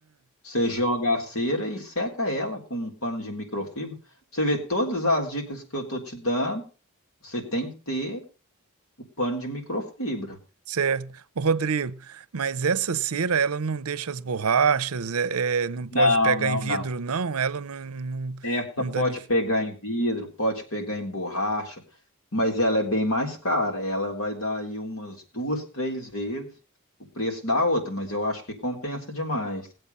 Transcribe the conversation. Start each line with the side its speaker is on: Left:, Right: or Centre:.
Left: Você joga a cera e seca ela com um pano de microfibra. Pra Você vê todas as dicas que eu tô te dando, você tem que ter o pano de microfibra.
Right: Certo. Ô, Rodrigo, mas essa cera, ela não deixa as borrachas, é, é, não pode
Left: Não,
Right: pegar
Left: não,
Right: em vidro,
Left: não.
Right: não? Ela não, não,
Left: Essa
Right: não
Left: pode
Right: danifica.
Left: pegar em vidro, pode pegar em borracha, mas ela é bem mais cara. Ela vai dar aí umas duas, três vezes o preço da outra, mas eu acho que compensa demais.